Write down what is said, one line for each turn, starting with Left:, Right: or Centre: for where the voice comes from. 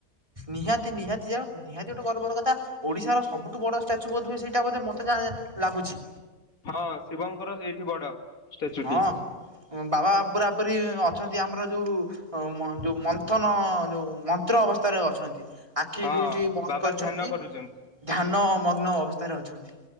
Right: ନିହାତି ନିହାତି ଯାଅ। ନିହାତି ଗୋଟେ ଗର୍ବର କଥା। ଓଡ଼ିଶାର ସବୁଠୁ ବଡ ଷ୍ଟାଚୁ ବୋଧହୁଏ ସେଇଟା ବୋଧ ମୋତେ ଯାହା ଲାଗୁଚି।
Left: ହଁ ଶିବଙ୍କର ସେଇଠି ବଡ। ଷ୍ଟାଚୁଟି
Right: ହଁ ବାବା ପୁରା ପୁରି ଅଛନ୍ତି ଆମର ଯୋଉ ହଁ ମ ଯୋଉ ମନ୍ଥନ ଯୋଉ ମନ୍ତ୍ର ଅବସ୍ଥାରେ ଅଛନ୍ତି। ଆଖି
Left: ହଁ
Right: ଦୁଇଟି ବନ୍ଦ
Left: ବାବା
Right: କରିଚନ୍ତି
Left: ଧ୍ୟାନ କରୁଛନ୍ତି।
Right: ଧ୍ୟାନ ମଗ୍ନ ଅବସ୍ଥାରେ ଅଛନ୍ତି।